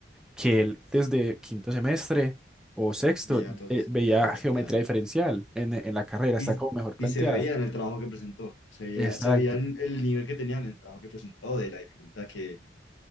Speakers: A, in the centre; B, on the left.
A: que él desde quinto semestre o sexto
B: Veía todas
A: eh,
B: sus
A: veía
B: materias,
A: geometría
B: claro.
A: diferencial en, en la carrera,
B: Y,
A: está como mejor planteada.
B: y se veía en el trabajo que presentó, se veía,
A: Exacto.
B: se veía el, el nivel que tenía en el trabajo que presentó, de la dificultad que,